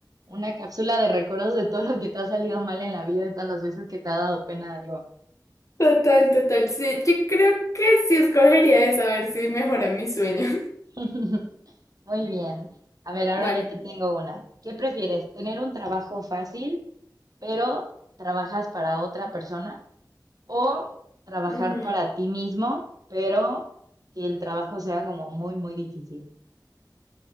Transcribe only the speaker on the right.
una cápsula de recuerdos de todo lo que te ha salido mal en la vida y todas las veces que te ha dado pena algo.
<laughs> Muy bien. A ver, ahora
yo te tengo una. ¿Qué prefieres? ¿Tener un trabajo fácil, pero trabajas para otra persona? ¿O trabajar
para ti mismo, pero que el trabajo sea como muy, muy difícil?